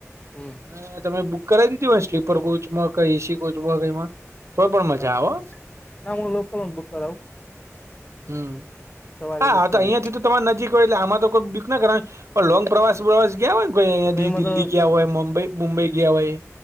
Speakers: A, on the left (about 20°); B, on the right (about 60°).
A: હમ
B: અને તમે બુક કરાવી દીધી હો સ્લીપર કોચમાંઈ એસી કોચમાં કઈમાં. તોઈ પણ મજા
A: હા
B: આવે.
A: ના હું લોકલ ઓ બુક કરાવું.
B: હમ
A: સવારે
B: હાા
A: બુક
B: તો
A: કરે
B: અહિયાં થી તો તમાર નજીક હોય એટલે આમાં તો કોઈ બુક ના કરવાની, પણ લોંગ પ્રવાસ વા ગયા હોય ને કોઈ અહયા દિલ્હી
A: એમાં તો
B: ગયા હોયબઈ મુંબઈ ગયા હોય.